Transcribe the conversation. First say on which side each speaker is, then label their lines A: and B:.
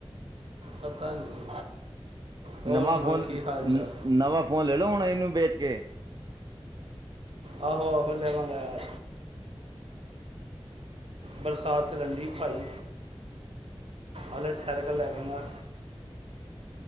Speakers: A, on the right; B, on the right.
A: ਪਤਾ ਨਹੀਂ। ਹੋਰ
B: ਨਵਾਂ
A: ਸੁਣਾਓ
B: ਫੋਨ
A: ਕੀ ਹਾਲ ਚਾਲ
B: ਨਵਾਂ ਫੋਨ ਲੈ ਲਓ ਹੁਣ ਇਹਨੂੰ ਵੇਚ ਕੇ
A: ਆਹੋ, ਆਹੋ ਲੈਵਾਂਗਾ ਯਾਰ। ਬਰਸਾਤ ਚ ਰੈਂਡੀ ਭਾਈ ਹਲੇੇ ਠਹਿਰ ਕੇ ਲੈਵਗਾ।